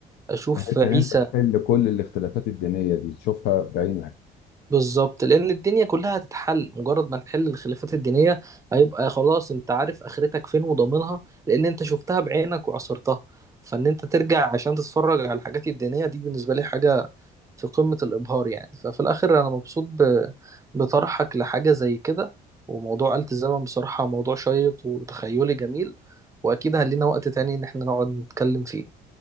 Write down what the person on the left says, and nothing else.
بحيث
ان انت تحل كل الاختلافات الدينيه دي تشوفها بعينك